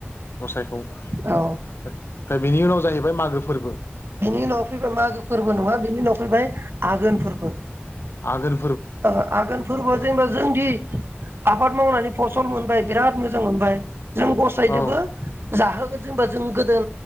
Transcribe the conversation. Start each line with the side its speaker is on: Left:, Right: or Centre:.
Left: गसायखौ ओमफ्राय
Right: औ
Left: बेनि उनाव जाय मागो फोरबो
Right: बिनि उनाव फैबा मागो फोरबो नङा उनाव फैबाय आघोनफोर औ <unintelligible>
Left: आगोल
Right: ओ आगोनफोरबोआ जेनेबा जोंनि आबाद मावनानै फसल मोनबाय बिराद मोजां मोनबाय जों गसायदोबो
Left: औ
Right: जाहोगोन जेनबा जों गोदो